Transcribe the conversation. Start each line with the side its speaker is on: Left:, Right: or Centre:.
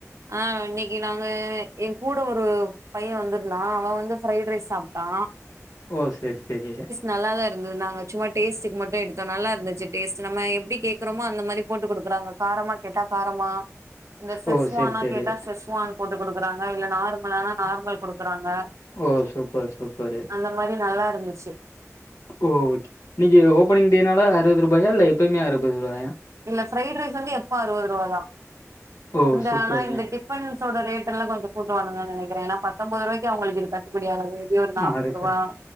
Right: ஆ இன்னைக்கு நாங்க என் கூட ஒரு பையே வந்துருந்தா அவே வந்து ஃபிரைட் ரைஸ் சாப்ட்டா
Left: ஓ சேரி சேரி
Right: நல்லாத தா இருந்தது நாங்க சும்மா டேஸ்டு மட்டும் எடுத்தோ நல்லா இருந்துச்சு டேஸ்ட் நம்ம எப்டி கேக்குறோமோ அந்த மாதிரி போட்டு குடுக்கறாங்க காரமா கேட்டா காரமா இந்த செஸ்வானா
Left: ஓ சேரி சேரி
Right: கேட்டா செஸ் வான் போட்டு குடுக்குறாங்க இல்ல நார்மல்னா நார்மல் குடுக்குறாங்க
Left: ஓ சூப்பர் சூப்பரு
Right: அந்த மாரி நல்லா இருந்துச்சு.
Left: ஓ வீடியோஓப்பனிங்டேனால அறுபது ரூபாயா இல்ல எப்பயுமே அறுபது ரூபாயா
Right: இல்ல ஃபிரைட் ரைஸ் வந்து எப்போ அறுபது ரூபா தா
Left: ஓ
Right: இந்த
Left: சூப்பருங்க
Right: ஆனா இந்த டிபன்ஸோட ரேட்ல்லாம் கூட்டு வாங்குவாங்கனு நெனைக்கிறே ஏன்னா பத்தொன்பது ரூபாய்க்கு இது கட்டுப்படியாகாது ஒரு நாப்பது
Left: ஆ அதுக்கு
Right: ரூபா